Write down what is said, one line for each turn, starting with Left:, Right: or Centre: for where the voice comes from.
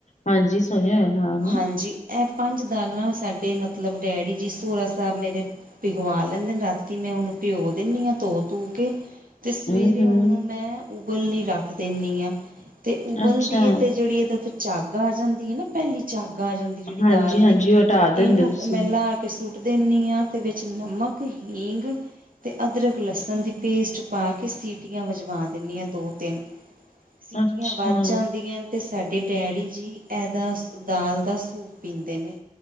Left: ਹਾਂਜੀ, ਸੁਣਿਆ ਹੋਇਆ ਨਾਮ।
Right: ਹਾਂਜੀ ਇਹ ਪੰਜ ਦਾਲਾਂ ਸਾਡੇ ਮਤਲਬ ਡੈਡੀ ਜੀ ਸੋਹਰਾ ਸਾਹਿਬ ਮੇਰੇ। ਭਿਗਵਾ ਲੈਂਦੇ ਨੇ। ਰਾਤੀ ਮੈਂ ਉਹਨੂੰ ਭਿਓ ਦਿੰਦੀ ਹਾਂ ਧੋ ਤੂ ਕੇ। ਤੇ
Left: ਹਮ
Right: ਸਵੇਰੇ
Left: ਹਮ
Right: ਉਹਨੂੰ ਮੈਂ ਉਬਲ ਨਹੀਂ ਰੱਖ ਰੱਖ ਦੇਨੀ ਹਾਂ ਤੇ ਉਬਲਦੀ
Left: ਅੱਛਾ
Right: ਏ ਤੇ ਜਿਹੜੀ ਇਹਦੇ ਵਿੱਚ ਝੱਗ ਆ ਜਾਂਦੀ ਹੈ ਨਾ, ਪਹਿਲੀ ਝੱਗ ਆ ਜਾਂਦੀ ਜਿਹੜੀ
Left: ਹਾਂਜੀ
Right: ਦਾਲ
Left: ਹਾਂਜੀ
Right: ਦੀ।
Left: ਉਹ ਹਟਾ
Right: ਇਹਨੂੰ
Left: ਦਿੰਦੇ ਤੁਸੀਂ
Right: ਮੈਂਲਾ ਕੇ ਸੁੱਟ ਦਿੰਦੀ ਆ ਤੇ ਵਿੱਚ ਨਮਕ, ਹੀਗ, ਤੇ ਅਦਰਕ-ਲਸਣ ਦੀ ਪੇਸਟ ਪਾ ਕੇ ਸੀਟੀਆਂ ਵਜਵਾ ਦੇਨੀ ਆ ਦੋ-ਤਿੰਨ। ਸੀਟੀਆਂ
Left: ਅੱਛਾ
Right: ਵੱਜ ਜਾਂਦੀਆਂ। ਤੇ ਸਾਡੇ ਡੈਡੀ ਜੀ ਇਦਾਂ ਸ ਦਾਲ ਦਾ ਸੂਪ ਪੀਂਦੇ ਨੇ।